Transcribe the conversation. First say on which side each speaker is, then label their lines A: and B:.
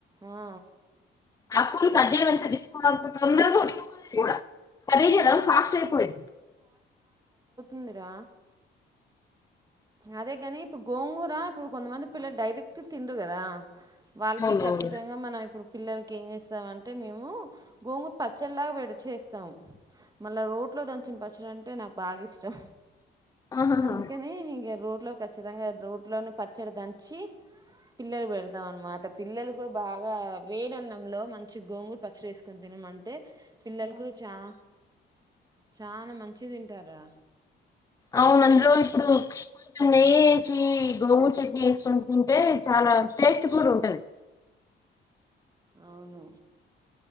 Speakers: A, on the right (about 20°); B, on the left (about 15°).
A: ఆ
B: ఆకులు కట్ చేయడం అంత <unintelligible> తొంద కూడా కర్రీ చేయడం ఫాస్ట్ అయిపోయింది
A: ంద్ర అదే కాని ఇప్పుడు గోంగూరు ఇప్పుడు కొంతమంది పిల్లలు డైరెక్ట్ తినరు కదా వాళ్ళకి
B: అవునవును
A: ఖచ్చితంగా మనం ఇప్పుడు పిల్లలకి ఏం చేస్తామంటే మేము గోంగుట్ పచ్చళ్లాగా విడి చేేస్తాం మళ్ళా రోట్లో దంచిన పచ్చడి అంటే నాకు బాగా ఇష్టం.
B: ఆహాహా
A: అందుకని ఇ. ఇగ రోట్లో ఖచ్చితంగా రోట్లోనే పచ్చడి దంచి పిల్లలు పెడతాం అనమాట పిల్లలు కూడా బాగా వేడి అన్నంలో మంచి గోంగూర పచ్చడి వేసుకుని తినుమంటే పిల్లల కు చా చానా మంచి తింటారా.
B: అవును అందులో ఇప్పుడు కొంచెం నెయ్యి ఏసి గోంగూర చట్నీ ఎసుకుని తింటే చాలా టేస్ట్ కూడా ఉంటది.
A: అవును